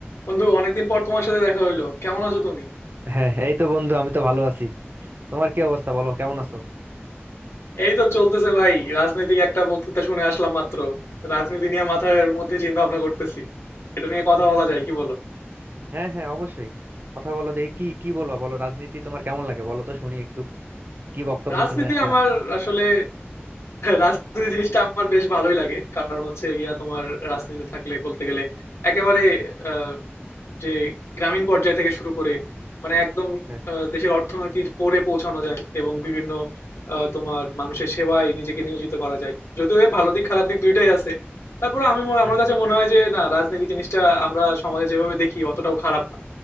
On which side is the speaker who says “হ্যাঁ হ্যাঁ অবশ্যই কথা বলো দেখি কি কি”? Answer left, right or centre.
Right